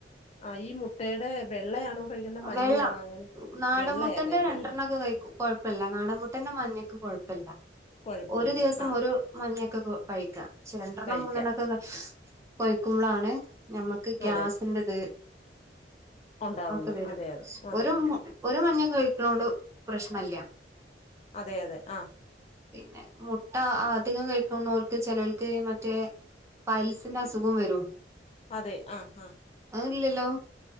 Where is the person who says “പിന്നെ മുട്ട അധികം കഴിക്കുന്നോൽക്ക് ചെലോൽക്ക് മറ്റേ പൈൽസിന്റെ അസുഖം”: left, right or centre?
Right